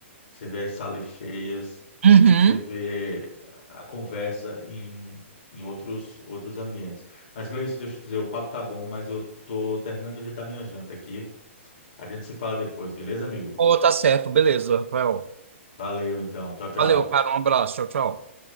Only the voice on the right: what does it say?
uhum.
Pô, tá certo, beleza, Rafael.
Valeu, cara, um abraço, tchau, tchau.